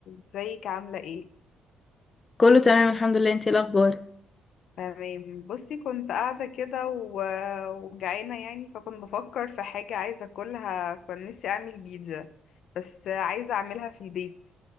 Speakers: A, on the left; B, on the left.
A: ازيك عاملة ايه؟
B: كله تمام الحمد لله انتي ايه الاخبار
A: تمام بصي كنت قاعدة كده و... وجعانة يعني فكنت بفكر في حاجة عايزة اكلها كان نفسي اعمل بيتزا بس عايزة اعملها في البيت